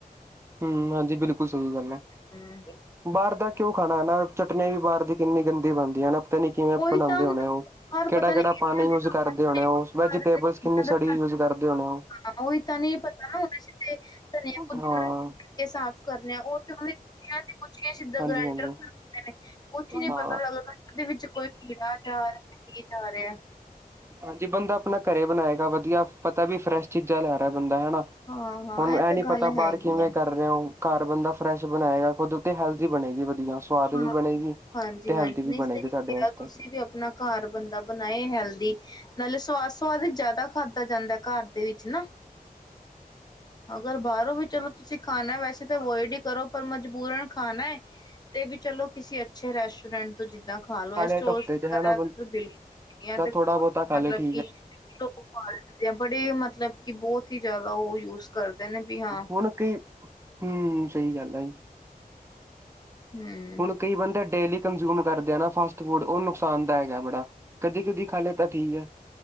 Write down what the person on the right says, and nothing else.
ਹਮ! ਹਾਂਜੀ, ਬਿਲਕੁਲ ਸਹੀ ਗੱਲ ਏ।
ਬਾਹਰ ਦਾ ਕਿਉਂ ਖਾਣਾ? ਹੈਣਾ? ਚਟਨੀਆ ਵੀ ਬਾਹਰ ਦੀ ਕਿੰਨੀ ਗੰਦੀ ਬਣਦੀ ਹੈਂ ਨਾ। ਪਤਾ ਨੀ ਕਿਵੇਂ
ਬਣਾਉਂਦੇ
ਹੋਉਣੇ ਉਹ?
ਕਿਹੜਾ
ਕਿਹੜਾ
ਪਾਣੀ ਯੂਜ
ਕਰਦੇ ਹੋਣੇ ਉਹ ਵੈਜੀਟੇਬਲ ਕਿੰਨੀ ਸੜੀ ਯੂਜ ਕਰਦੇ ਹੋਣੇ ਉਹ,
ਹਾਂ।
ਹਾਂਜੀ-ਹਾਂਜੀ।
ਹਾਂ,
ਹਾਂਜੀ ਬੰਦਾ ਆਪਣਾ ਘਰੇ ਬਣਾਏਗਾ ਵਧੀਆ ਪਤਾ ਵੀ ਫਰੈਸ਼ ਚੀਜ਼ਾਂ ਲੈ ਰਿਹਾ ਬੰਦਾ ਹੈਾ,
ਹੁਣ ਇਹ
ਨੀ
ਪਤਾ
ਬਾਹਰ ਕਿਵੇਂ
ਕਰ ਰ ਰਿਹਾ ਹੋ ਘਰ ਬੰਦਾ ਫਰੈਸ਼ ਬਣਾਏਗਾ ਖੁਦ ਤੇ ਹੈਲਦੀ ਬਣੇਗੀ ਵਧੀਆ, ਸਵਾਦ ਵੀ
ਬਣੇਗੀ
ਤੇ ਹੈਲਦੀ ਵੀ
ਬਣੇਗੀ
ਸਾਡੇ
ਵਾਸਤੇ
ਨਾਲੇ
ਇੱਕ ਹਫ਼ਤੇ ਚ ਹੈਣਾ
ਬੰਦਾ
ਥੋੜਾ ਬਹੁਤਾ ਖਾ
ਲੇ ਠੀਕ
ਹੈ
ਹੁਣ ਕਈ ਹਮ! ਸਹੀ ਗੱਲ ਏ ਜੀ।
ਹੁਣ ਕਈ ਬੰਦੇ ਡੇਲੀ, ਕੰਜ਼ਯੂਮ ਕਰਦੇ ਹੈਂ ਨਾ ਫਾਸਟ ਫੂਡ। ਉਹ ਨੁਕਸਾਨ ਦਾਇਕ ਹੈ ਬੜਾ। ਕਦੀ-ਕਦੀ ਖਾ ਲਿਆ, ਤਾਂ ਠੀਕ ਹੈ।